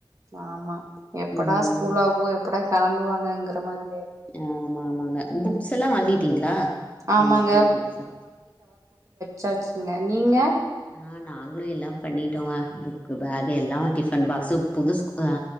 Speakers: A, on the right; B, on the left.
A: ஆமா எப்படா
B: ம்
A: ஸ்கூல் ஆகவோ எப்படா கெளம்புவாங்கங்கிற மாரி
B: ஆமா ஆமாங்க புக்ஸ் எல்லா வாங்கிட்டீங்ளா
A: ஆமாங்க
B: நோட்டு புக்ஸு
A: சர்ச்சுங்க நீங்க
B: ஆ நாங்ளு எல்லா பண்ணிட்டோங்க புக்கு பேக்கு எல்லா டிஃபன் பாக்ஸு புது ஸ்கூ ஆ